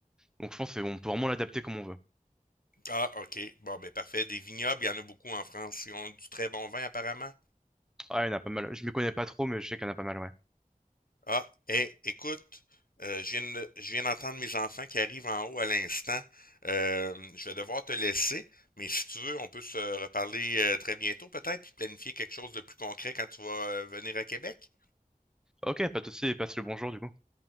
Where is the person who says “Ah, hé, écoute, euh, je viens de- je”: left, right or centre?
Left